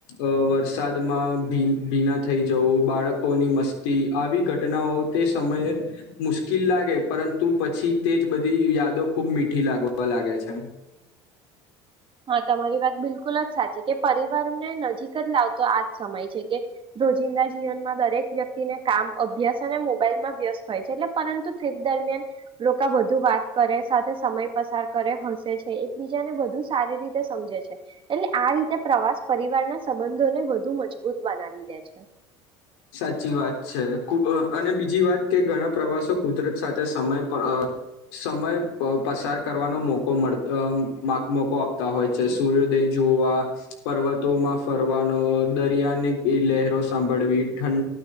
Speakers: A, on the left; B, on the right.
A: અ વરસાદમાં ભી ભીના થઈ જવું બાળકોની મસ્તી આવી ઘટનાઓ તે સમયે મુશ્કિલ લાગે પરંતુ પછી તે જ બધી યાદો ખૂબ મીઠી લાગવા લાગે છે
B: હા તમારી વાત બિલકુલ જ સાચી છે પરિવારને નજીક જ લાવતો આજ સમય છે કે રોજિંદા જીવનમાં દરેક વ્યક્તિને કામ અભ્યાસ અને મોબાઈલ માં વ્યસ્ત હોય છે એટલે પરંતુ ટ્રીપ દરમિયાન લોકા વધુ વાત કરે સાથે સમય પસાર કરે હસે છે એકબીજાને વધુ- સારી રીતે સમજે છે. એટલે, આ રીતે પ્રવાસ પરિવારના સંબંધોને વધુ મજબૂત બનાવી દે છે.
A: સાચી વાત છે, ખૂબ અને બીજી વાત કે, ઘણા પ્રવાસો કુદરત સાથે સમય પ અ સમય પ પસાર કરવાનો મોકો મળ મા મોકો આપતા હોય છે. સૂર્યોદય જોવા, પર્વતોમાં ફરવાનો, દરિયાની ઈ લહેરો સાંભળવી, - ઠન